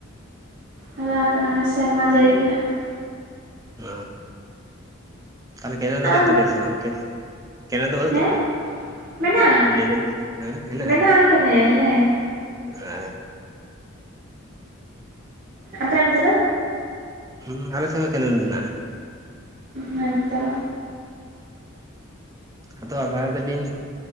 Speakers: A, on the right; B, on the right.
A: ᱟᱞᱮ ᱚᱱᱛᱮ ᱱᱟ ᱥᱮᱨᱢᱟ ᱡᱟ. ᱨᱤ ᱜᱮ ᱦᱟᱜ᱾
B: ᱚ ᱛᱟᱦᱚᱞᱮ ᱠᱮᱱᱮᱞ ᱫᱚ
A: ᱟᱨ
B: ᱦᱮᱱᱟᱜ ᱛᱟᱯᱮᱭᱟ ᱥᱮ ᱵᱟᱝ ᱞᱮ? ᱠᱮᱱᱮᱞ ᱫᱚ ᱵᱟᱹᱱᱩᱜ
A: ᱦᱮᱸ
B: ᱛᱟᱯᱮᱭᱟ
A: ᱢᱮᱱᱟᱜᱼᱟ
B: ᱞᱟᱹᱭ ᱫᱟᱞᱤᱧ ᱦᱮᱸ ᱦᱮᱱᱟᱜᱼᱟ
A: ᱢᱮᱱᱟᱜᱼᱟ ᱠᱮᱱᱮᱞ ᱦᱮᱸ
B: ᱟ
A: ᱟᱯᱮ ᱚᱱᱛᱮ ᱫᱚ?
B: ᱦᱩᱸᱟᱞᱮᱥᱮᱫ ᱦᱚ ᱠᱮᱱᱮᱞ ᱢᱮᱱᱟᱜᱼᱟ ᱾
A: ᱦᱮᱸ ᱛᱚ᱾
B: ᱟᱫᱚ ᱟᱯᱱᱟᱨ ᱠᱟᱫᱤᱧ᱾